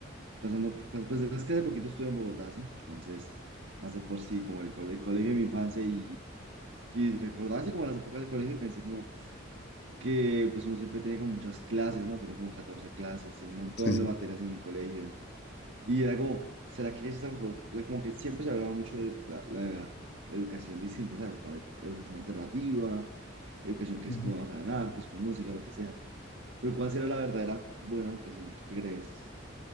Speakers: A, on the right; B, on the left.
A: pasando... Pues, pues, es que hace poquito estuve en Bogotá, ¿sí? Entonces pasé por sí como el, cole- el colegio de mi infancia y, y recordaba así como las épocas del colegio y pensé como que pues uno siempre tiene como muchas clases, ¿no? Tiene como 14 clases, tiene un montón
B: Sí, sí.
A: de materias en el colegio Y era como, ¿será que esta mejor? O sea, como que siempre se hablaba mucho de la, la educación distinta, ¿sabes? Como la educación alternativa, educación que
B: Ujú.
A: es como basada en artes, con música, lo que sea. Pero ¿cuál será la verdadera buena educación? ¿Tú qué crees?